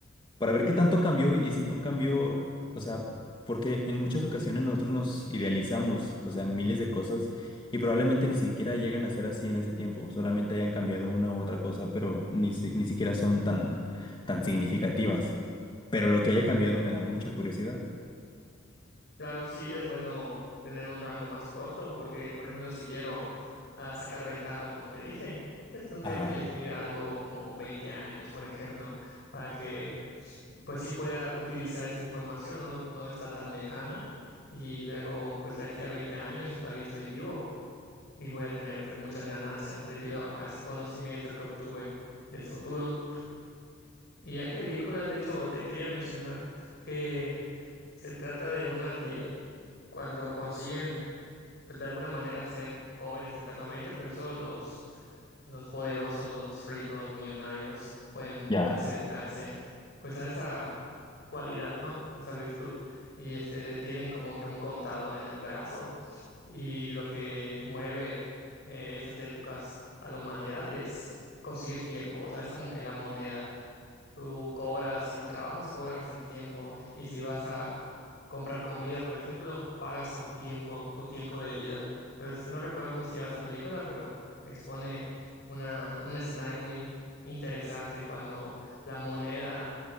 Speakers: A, on the left (about 25°); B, on the left (about 55°).
A: para ver qué tanto cambió y si no cambió, o sea, porque en muchas ocasiones nosotros nos idealizamos, o sea, miles de cosas y probablemente ni siquiera llegan a ser así en ese tiempo, solamente hayan cambiado una u otra cosa, pero ni, si- ni siquiera son tan, tan significativas. Pero lo que haya cambiado me da mucha curiosidad.
B: Claro, sí, es bueno tener un rango más corto porque, por ejemplo, si quiero ah, sacar ventaja, como te dije, pues tendría
A: Ajá,
B: que elegir algo como 20 años, por ejemplo, para que pues sí pueda utilizar esa información, no, no está tan lejana y luego pues de aquí a 20 años yo todavía estoy vivo y voy a tener pues muchas ganancias debido a ese conocimiento que obtuve del futuro. Y hay películas, de hecho, te quería mencionar que... Se trata de una que cuando consiguen, pues de alguna manera ser jóvenes eternamente, pero solo los, los poderosos, los ricos, millonarios pueden
A: ya.
B: acceder a ese, pues a esa cualidad, ¿no? A esa virtud. Y este de- tienen como que un contador en el brazo y lo que mueve eh, esas épocas a la humanidad es conseguir tiempo, o sea, es como que la moneda. Tú cobras, si trabajas, cobras en tiempo. Y si vas a comprar comida, por ejemplo, pagas con tiempo, tu tiempo de vida. Pues no recuerdo cómo se llama esa película, pero expone una, un escenario muy interesante cuando la moneda